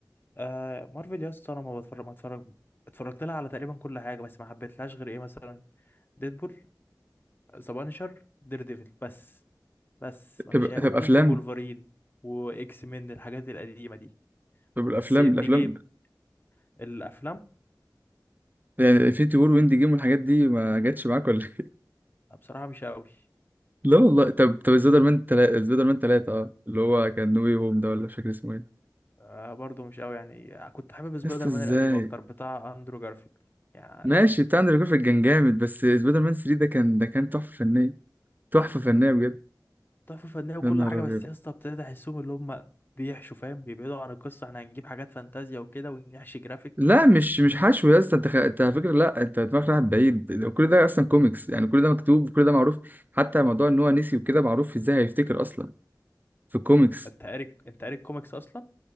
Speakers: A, on the left; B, on the right.
A: آه مارفل يا اسطى انا ما بتفرج ما اتفرج اتفرجت لها على تقريبا كل حاجه بس ما حبيتلهاش غير ايه مثلا ديدبول ذا بانشر دير ديفل بس بس مفيش
B: طب
A: أي... وممكن
B: طب افلام
A: وولفرين واكس مين الحاجات القديمه دي
B: طب الافلام
A: بس اند
B: الافلام
A: جيم الافلام
B: يعني انفينيتي وور واند جيم والحاجات دي ما جاتش معاك ولا إيه؟
A: بصراحه مش قوي
B: <laughs> لا والله طب طب سبايدر مان تلاتة سبايدر مان تلاتة اه اللي هو كان نو واي هوم ده ولا مش فاكر اسمه ايه
A: آه برضو مش قوي يعني كنت حابب سبايدر
B: لسه ازاي
A: مان القديم اكتر بتاع اندرو جارفيلد يعني
B: ماشي بتاع اندرو جارفيلد كان جامد بس سبايدر مان 3 ده كان ده كان تحفة فنية تحفة فنية بجد
A: تحفه فنيه وكل
B: يا نهار
A: حاجه
B: ابيض
A: بس يا اسطى ابتديت احسهم اللي هم بيحشوا فاهم بيبعدوا عن القصه احنا هنجيب حاجات فانتازيا وكده ونحشي جرافيك
B: لا
A: ف
B: مش مش حشو يا اسطى انت خ... انت على فكره لا انت دماغك رايحه بعيد كل ده اصلا كوميكس يعني كل ده مكتوب وكل ده معروف حتى موضوع ان هو نسي وكده معروف ازاي هيفتكر اصلا في الكوميكس
A: انت قاري انت قاري الكوميكس اصلا